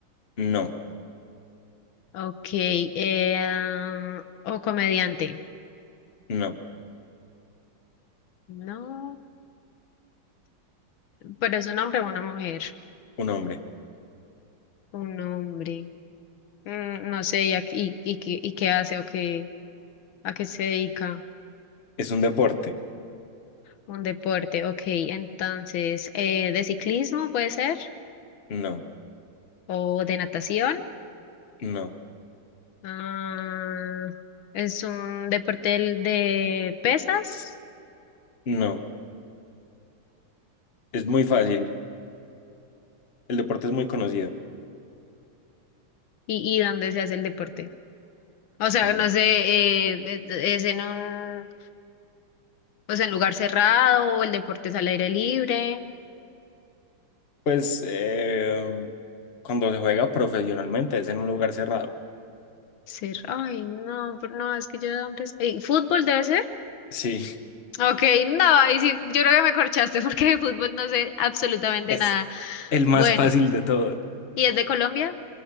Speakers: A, on the left; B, on the left.
A: No,
B: ok, eh, o comediante.
A: no,
B: No. Pero es un hombre o una mujer.
A: un hombre.
B: Un hombre. Mm, no sé, ¿y, a- y, y, qué y qué hace o qué, a qué se dedica?
A: ¿Es un deporte?
B: Un deporte, ok. Entonces, eh, ¿de ciclismo puede ser?
A: No,
B: ¿O de natación?
A: no,
B: Ah, es un deporte del- de pesas.
A: no. Es muy fácil. El deporte es muy conocido.
B: ¿Y, y dónde se hace el deporte? O sea,
A: En-
B: no sé, eh, es es en un, o sea, en lugar cerrado, o el deporte es al aire libre.
A: Pues eh, cuando se juega profesionalmente es en un lugar cerrado.
B: Ser, ay, no, pero no, es que yo de hombres. Ey, ¿fútbol debe ser?
A: Sí,
B: Ok, no, ahí sí, yo creo que me corchaste <laughs> porque de fútbol no sé absolutamente
A: es
B: nada.
A: el más
B: Bueno,
A: fácil de todo.
B: ¿y es de Colombia?